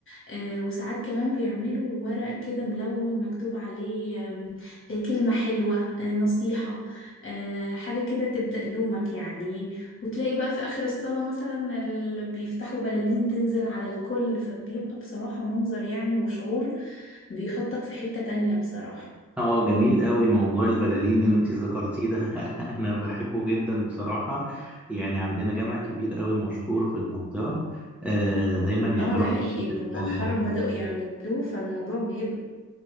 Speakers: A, on the left; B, in the centre.
A: آه، وساعات كمان بيعملوا ورق كده ملون مكتوب عليه آم، آه، كلمة حلوة آه، نصيحة آه، حاجة كده تبدأ يومك يعني وتلاقي بقى في آخر الصلاة مثلا ال- بيفتحوا بلالين تنزل على الكل فبيبقى بصراحة منظر يعني وشعور بيحطك في حتة تانية بصراحة
B: اه جميل قوي موضوع البلالين اللي انت ذكرتيه ده <laughs> انا بحبه جدا بصراحة يعني عندنا جامع كبير قوي مشهور في المنطقة آه دايما يعملوا
A: اه ده حقيقي
B: حركة البلالين
A: مؤخرا بدأوا
B: ده.
A: يعملوه فالموضوع بيبقى